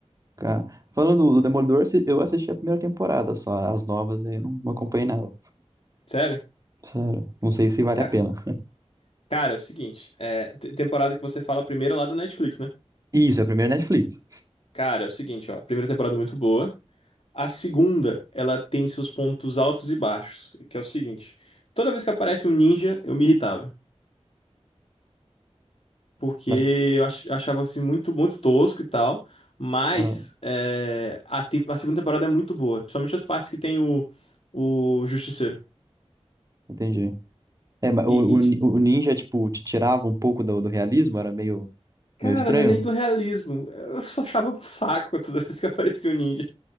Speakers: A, on the right; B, on the left.
A: Cara, falando do Demolidor, assi- eu assisti a primeira temporada só, as novas aí eu não não acompanhei nada.
B: Sério?
A: Sério, não sei se vale
B: Cara,
A: a pena.
B: cara, é o seguinte. É, te- temporada que você fala a primeira lá da Netflix, né?
A: Isso, é a primeira Netflix.
B: Cara, é o seguinte, ó. A Primeira temporada é muito boa. A segunda, ela tem seus pontos altos e baixos, que é o seguinte. Toda vez que aparece um ninja, eu me irritava. Porque
A: Mas,
B: eu ach- achava assim muito, muito tosco e tal. Mas
A: ah,
B: é, a, tem- a segunda temporada é muito boa. Principalmente as partes que tem o, o Justiceiro.
A: entendi. É, mas o,
B: E,
A: o,
B: e, ti-
A: ni- o Ninja, tipo, te tirava um pouco do, do realismo, era meio,
B: cara,
A: meio estranho.
B: não é nem do realismo. Eu só achava um saco <laughs> toda vez que aparecia um ninja.